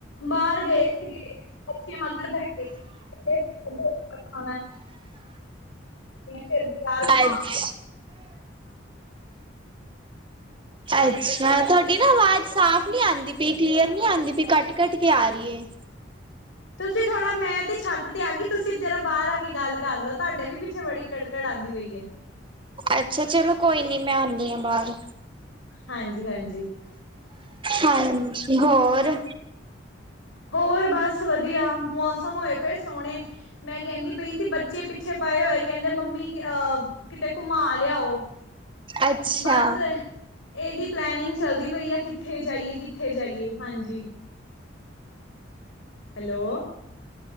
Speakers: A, on the left (about 85°); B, on the right (about 25°).
A: ਬਾਰ ਗਏ ਸੀਗੇ ਬੱਚੇ ਮਗਰ ਪੈ ਗਏ। <inaudible> ਫਿਰ ਬਾਜ਼ਾਰ ਘੁਮਾ
B: ਅੱਛ
A: <inaudible>
B: ਅੱਛਾ ਤੁਹਾਡੀ ਨਾ ਆਵਾਜ਼ ਸਾਫ ਨੀ ਆਦੀ ਪਈ ਕਲੀਅਰ ਨੀ ਆਦੀ ਪਈ ਕੱਟ-ਕੱਟ ਕੇ ਆ ਰਹੀ ਹੈ।
A: ਤੁਸੀਂ ਥੋੜਾ ਮੈਂ ਤੇ ਛੱਤ ਤੇ ਆ ਗਈ ਤੁਸੀ ਜਰਾ ਬਾਰ ਆ ਕੇ ਗੱਲ ਕਰ ਲੋ ਤੁਹਾਡੇ ਵੀ ਪਿੱਛੇ ਬੜੀ ਕੜਕੜ ਆਦੀ ਪਈ ਹੈ।
B: ਅੱਛਾ ਚਲੋ ਕੋਈ ਨੀ ਮੈਂ ਆਨੀ ਆ ਬਾਰ।
A: ਹਾਂਜੀ-ਹਾਂਜੀ।
B: ਹਾਂਜੀ ਹੋਰ।
A: ਹੋਰ ਬਸ ਵਧੀਆ ਮੌਸਮ ਹੋਏ ਪਏ ਸੋਹਣੇ। ਮੈਂ ਕਹਿੰਦੀ ਪਈ ਸੀ ਬੱਚੇ ਪਿੱਛੇ ਪਏ ਹੋਏ ਕਹਿੰਦੇ ਮੰਮੀ ਅਹ ਕਿਤੇ ਘੁਮਾ ਲਿਆਓ
B: ਅੱਛਾ
A: ਬਸ ਇਹਦੀ ਪਲੈਨਿੰਗ ਚੱਲਦੀ ਪਈ ਆ ਕਿੱਥੇ ਜਾਈਏ ਕਿੱਥੇ ਜਾਈਏ ਹਾਂਜੀ। ਹੈਲੋ।